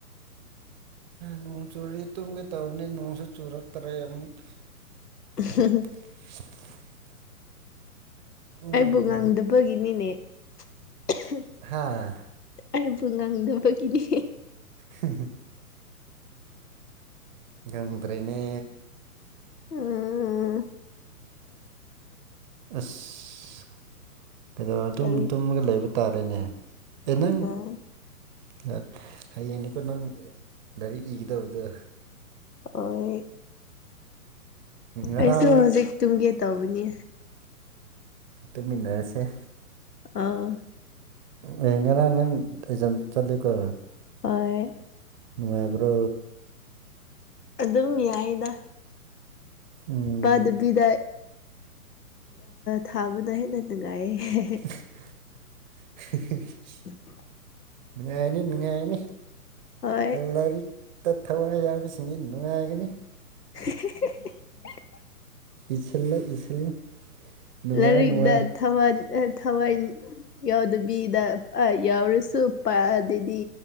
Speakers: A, on the right; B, on the left.
A: ꯅꯣꯡ ꯆꯨꯔꯗꯤ ꯇꯨꯝꯒꯦ ꯇꯧꯕꯅꯤ ꯅꯣꯡꯁꯨ ꯆꯨꯔꯛꯇ꯭ꯔꯦ ꯑꯃꯨꯛ
B: <unintelligible>
A: <unintelligible> ꯎꯝ
B: ꯑꯩꯕꯨ ꯉꯪꯗꯕꯒꯤꯅꯤꯅꯦ <unintelligible>
A: ꯍꯥꯥ
B: ꯑꯩ ꯐꯨꯜ ꯉꯥꯡꯗꯕꯒꯤꯅꯦ
A: <unintelligible> ꯉꯝꯗꯔꯦꯅꯦ
B: ꯎꯝ
A: ꯏꯁ ꯀꯩꯗꯧ ꯑꯗꯨꯝ
B: ꯀꯔꯤ
A: ꯇꯨꯝꯃꯒ ꯂꯩꯕ ꯇꯥꯔꯦꯅꯦ ꯑꯦ ꯅꯪ
B: ꯑꯥ
A: ꯌꯥꯔꯦ ꯍꯌꯦꯡꯅꯦꯀꯣ ꯅꯪ ꯂꯥꯏꯔꯤꯛ ꯏꯒꯗꯕꯗ
B: ꯍꯣꯏ
A: ꯉꯔꯥꯡ
B: ꯑꯩꯁꯨ ꯍꯧꯖꯤꯛ ꯇꯨꯝꯒꯦ ꯇꯧꯕꯅꯤ
A: ꯇꯨꯃꯤꯟꯅꯔꯁꯦ
B: ꯑꯥ
A: ꯑꯏ ꯉꯔꯥꯡ ꯅꯪ ꯑꯩꯖꯝ ꯆꯠꯂꯤꯀꯣ
B: ꯍꯣꯏ
A: ꯅꯨꯡꯉꯥꯏꯕ꯭ꯔꯣ
B: ꯑꯗꯨꯝ ꯌꯥꯏꯗ
A: ꯎꯝ
B: ꯋꯥꯗꯕꯤꯗ ꯊꯥꯕꯅ ꯍꯦꯟꯅ ꯅꯨꯡꯉꯥꯏꯌꯦ
A: <unintelligible>
B: <unintelligible>
A: ꯅꯨꯡꯉꯥꯏꯅꯤ ꯅꯨꯡꯉꯥꯏꯅꯤ
B: ꯍꯣꯏ
A: ꯂꯥꯏꯔꯤꯛ ꯇ ꯊꯋꯥꯏ ꯌꯥꯕꯁꯤꯡꯁꯤ ꯅꯨꯡꯉꯥꯏꯒꯅꯤ
B: <unintelligible>
A: ꯏꯁꯤꯜꯂꯣ ꯏꯁꯤꯜꯂꯣ ꯅꯨꯡꯉꯥꯏ
B: ꯂꯥꯏꯔꯤꯛꯛꯇ
A: ꯅꯨꯡꯉꯥꯏ
B: ꯊꯋꯥꯟ ꯊꯋꯥꯏ ꯌꯎꯗꯕꯤꯗ ꯑ ꯌꯥꯎꯁꯨ ꯄꯥꯗꯗꯤ